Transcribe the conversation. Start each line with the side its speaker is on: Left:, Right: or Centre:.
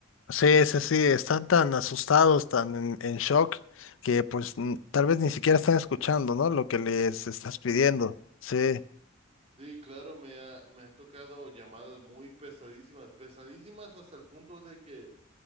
Left: Sí, sí, sí, están tan asustados, tan en, en shock, que pues n- tal vez ni siquiera están escuchando, ¿no? Lo que les estás pidiendo. Sí.
Right: Sí, claro, me ha, me ha tocado llamadas muy pesadísimas, pesadísimas hasta el punto de que